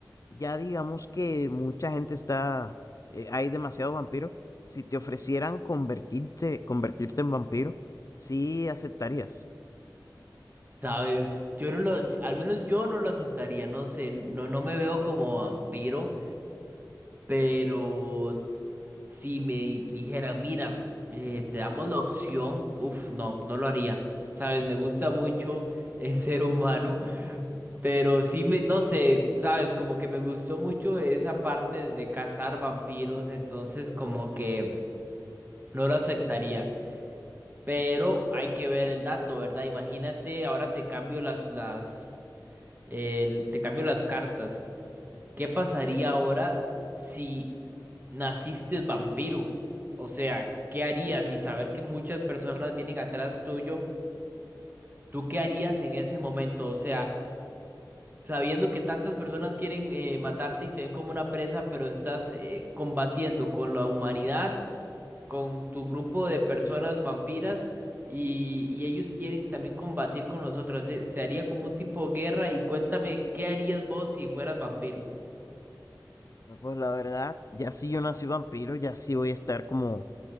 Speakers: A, on the left; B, on the right.
A: ya digamos que mucha gente está, eh, hay demasiados vampiros, si te ofrecieran convertirte, convertirte en vampiro, sí aceptarías.
B: Sabes, yo no lo, al menos yo no lo aceptaría, no sé, no, no me veo como vampiro, pero si me di- dijeran, mira, eh, te damos la opción, uff, no, no lo haría. Sabes, me gusta mucho <laughs> el ser humano, pero sí me, no sé, sabes, como que me gustó mucho esa parte de cazar vampiros, entonces como que no lo aceptaría. Pero hay que ver el dato, ¿verdad? Imagínate, ahora te cambio las, las el- te cambio las cartas. ¿Qué pasaría ahora si naciste vampiro? O sea, ¿qué harías? Y saber que muchas personas vienen atrás tuyo, ¿tú qué harías en ese momento? O sea, sabiendo que tantas personas quieren eh, matarte y te ven como una presa, pero estás eh, combatiendo con la humanidad, con tu grupo de personas vampiras. Y, y ellos quieren también combatir con nosotros. Se, se haría como un tipo de guerra. Y cuéntame, ¿qué harías vos si fueras vampiro?
A: No, pues la verdad, ya si yo nací vampiro, ya sí voy a estar como